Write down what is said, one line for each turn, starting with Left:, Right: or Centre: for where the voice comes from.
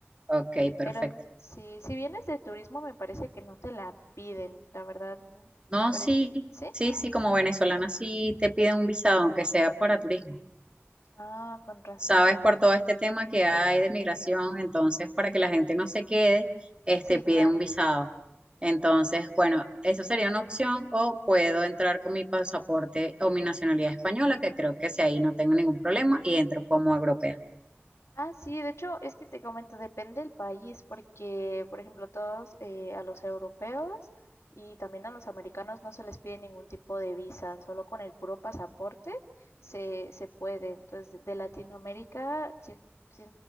Right: Ok,
Left: Eh,
Right: perfecto.
Left: pero si, si vienes de turismo, me parece que no te la piden, la verdad, mm, me
Right: No,
Left: parece.
Right: sí,
Left: ¿Sí?
Right: sí, sí, como venezolana sí te piden un visado, aunque sea para turismo.
Left: Ah, con razón.
Right: sabes, por todo este tema que hay de migración, entonces para que la gente no se quede, este,
Left: Sí,
Right: pide
Left: claro.
Right: un visado. Entonces, bueno, eso sería una opción o puedo entrar con mi pasaporte o mi nacionalidad española, que creo que si ahí no tengo ningún problema y entro como europea.
Left: Ah, sí, de hecho, es que te comento, depende del país, porque, por ejemplo, todos eh, a los europeos y también a los americanos no se les pide ningún tipo de visa, solo con el puro pasaporte se, se puede. Entonces, de Latinoamérica, sí- sí,